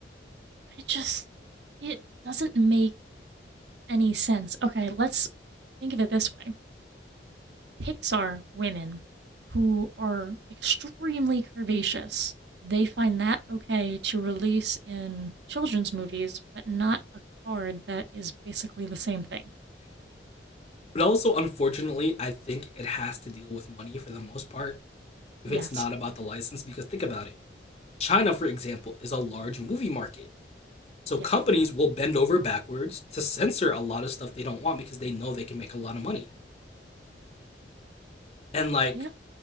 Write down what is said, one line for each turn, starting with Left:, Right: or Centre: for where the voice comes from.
Right: I just it doesn't make any sense. Okay, let's think of it this way: Pixar women who are extremely curvaceous, they find that okay to release in children's movies, but not a card that is basically the same thing.
Left: But also, unfortunately, I think it has to deal with money for the most part if
Right: Yes.
Left: it's not about the license. Because think about it China, for example, is a large movie market. So
Right: Yes.
Left: companies will bend over backwards to censor a lot of stuff they don't want because they know they can make a lot of money. And, like,
Right: Yeah.